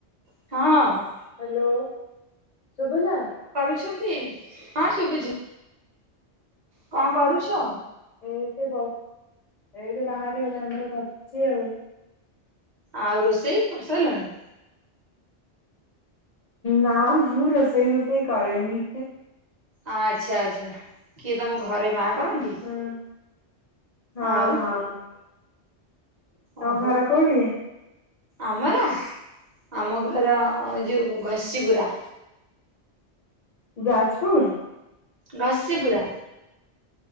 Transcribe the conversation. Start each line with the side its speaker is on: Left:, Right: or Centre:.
Right: ହଁ।
Left: Hello. ଶୁଭିଲା।
Right: ଅଛନ୍ତି ହଁ ଶୁଭୁଛି। କଣ କରୁଛ।
Left: ଏଇଠି ବ ଏଇଠି ବାହାରେ ଦାଣ୍ଡରେ ବସିଛି ଆଉ।
Right: ଆଉ ରୋଷେଇ କରିସାରିଲଣି।
Left: ନା ମୁଁ ରୋଷେଇ ଫୋଷେଇ ରୋଷେଇ କରେନି।
Right: ଆଚ୍ଛା ଆଚ୍ଛା। କିଏ ତମ ଘରେ ମା
Left: ହୁଁ
Right: କରନ୍ତି?
Left: ହଁ
Right: ଆଉ
Left: ହଁ। ତମ
Right: ଓହୋ।
Left: ଘର କୋଉଠି?
Right: ଆମର ଆମ ଘ ଘର ଯୋଉ ଘସ୍ ଶିବୁରା।
Left: ଯାଜପୁର।
Right: ଘସିପୁରା।